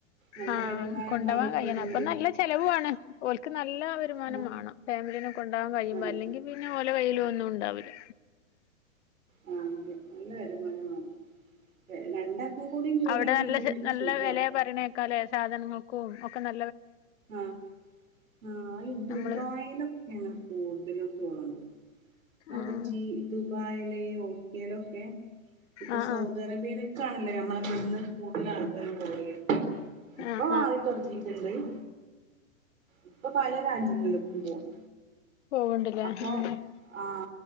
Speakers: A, on the right (about 85°); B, on the left (about 60°).
A: നല്ല
B: ആ
A: വരുമാനം
B: കൊണ്ടോവാൻ
A: ഉള്ളോലൊക്കെ
B: കഴിയണം
A: ഉണ്ടെങ്കില്
B: അപ്പൊ നല്ല ചെലവും ആണ് ഓല് നല്ല വരുമാനം
A: ആ
B: വാണം ഫാമിലിനെ കൊണ്ടോവാൻ കഴിയുമ്പോ
A: അതെ
B: അല്ലെങ്കി പിന്നെ ഓൽ ന്റെ കയ്യിലും ഒന്നും ഉണ്ടാവൂല്ല
A: ആ അതെ നല്ല വരുമാനം വാണം രെ രണ്ടാക്കും കൂടി ജോലിണ്ടെങ്കില്
B: അവിടെ നല്ല ചെ നല്ല
A: സുഖാ
B: വെലയാ പറയണേക്കാലേ സാധനങ്ങൾക്കും ഒക്കെ ന
A: ആ ആ ഈ ദുബായിലൊക്കെയാ
B: നമ്മള്
A: കൂടുതലും തോന്നണത് അവിടെ
B: ആഹ്
A: ജീ ദുബായിലെയോ യേലൊക്കെ ഇപ്പ
B: ആഹ്
A: സൗദി
B: ആഹ്
A: അറേബ്യയിലെ ക്കാണല്ലേ നമ്മളെ ഇവിട്ന്ന് കൂടുതൽ ആൾക്കാരും പോകല് ഇപ്പൊ
B: ആഹ്
A: <unintelligible>
B: ആഹ്
A: എന്തായി ഇപ്പൊ പല രാജ്യങ്ങൾക്കും പോകും
B: പോവ്ണ്ട്ല്ലേ
A: അപ്പൊ
B: ഉം
A: ആ